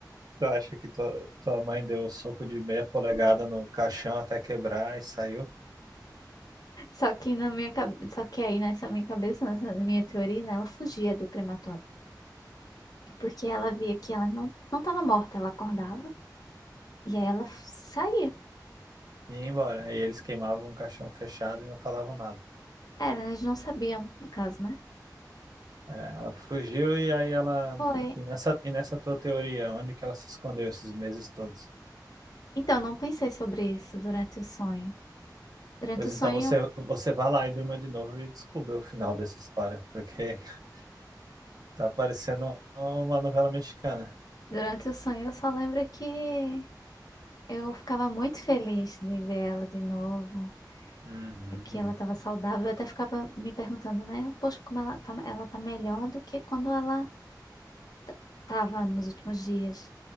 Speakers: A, on the right; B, on the left.
A: tu acha que tua, tua mãe deu um soco de meia polegada no caixão até quebrar e saiu?
B: Só que na minha cabeça, só que aí nessa minha cabeça, nessa minha teoria, né, ela fugia do crematório, porque ela via que ela não não estava morta, ela acordava e aí ela saía.
A: e ia embora. Aí eles queimavam um caixão fechado e não falavam nada.
B: Era, eles não sabiam, no caso, né?
A: É, ela fugiu e aí ela.
B: Foi.
A: E nessa, e nessa tua teoria, onde que ela se escondeu esses meses todos?
B: Então, não pensei sobre isso durante o sonho. Durante
A: Pois
B: o sonho,
A: então você, você vá lá e durma de novo e descubra o final dessa história, porque <laughs> tá parecendo uma novela mexicana.
B: Durante o sonho, eu só lembro que eu ficava muito feliz de ver ela de novo,
A: Uhum.
B: é que ela estava saudável. Eu até ficava me perguntando, né? Poxa, como ela tá, ela tá melhor do que quando ela t- tava nos últimos dias.